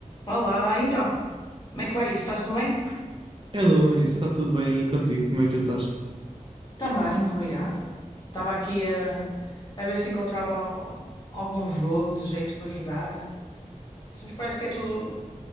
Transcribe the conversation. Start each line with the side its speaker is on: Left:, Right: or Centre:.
Left: Olá, então, como é que vai isso? Estás tudo bem?
Right: Hello, Eunice, está tudo bem e contigo? Como é que tu estás?
Left: Também, obrigada. Estava aqui a, a ver se encontrava al- algum jogo de jeito para jogar. Só me parece que é tudo.